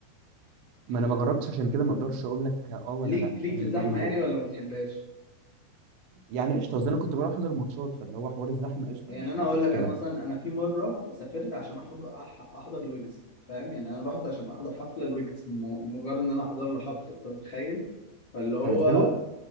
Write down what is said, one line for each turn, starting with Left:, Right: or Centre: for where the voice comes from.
Right: ما انا ما جربتش عشان كده ما اقدرش اقول لك اه ولا
Left: ليك
Right: لا
Left: ليك
Right: فاهم
Left: في الزحمه
Right: هي دي الفكره
Left: يعني ولا ما بتحبهاش
Right: يعني قشطه قصدي انا كنت بروح احضر ماتشات فاللي هو حوار الزحمه قشطه
Left: يعني
Right: مش
Left: انا
Right: مش
Left: اقول
Right: مشكله
Left: لك انا مثلا انا في مره سافرت عشان أحضر أح- احضر الويجز فاهم يعني انا رحت عشان احضر حفله الويجز م- مجرد ان انا احضر له حفله انت متخيل فاللي هو
Right: كانت حلوه